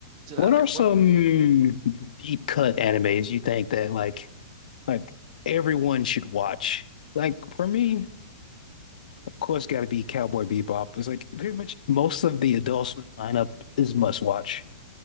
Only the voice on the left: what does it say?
What
are some
deep cut animes you think that like like everyone should watch? Like for me, of course, got to be Cowboy Bebop. It's like pretty much most of the Adult Swim lineup is must watch,